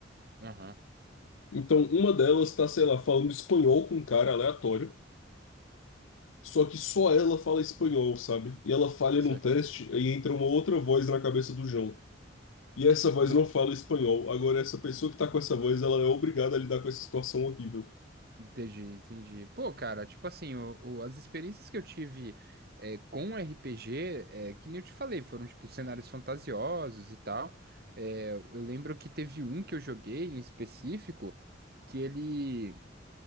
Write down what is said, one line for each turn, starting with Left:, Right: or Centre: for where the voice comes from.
Right: aham.
Left: Então, uma delas tá, sei lá, falando espanhol com um cara aleatório, só que só ela fala espanhol, sabe? E ela falha
Right: Isso
Left: num
Right: aqui.
Left: teste, aí entra uma outra voz na cabeça do João. E essa voz
Right: <laughs>
Left: não fala espanhol. Agora, essa pessoa que tá com essa voz, ela é obrigada a lidar com essa situação horrível.
Right: Entendi, entendi. Pô, cara, tipo assim, o- o- as experiências que eu tive é, com RPG, é, que nem eu te falei, foram tipo cenários fantasiosos e tal. É, eu lembro que teve um que eu joguei em específico, que ele.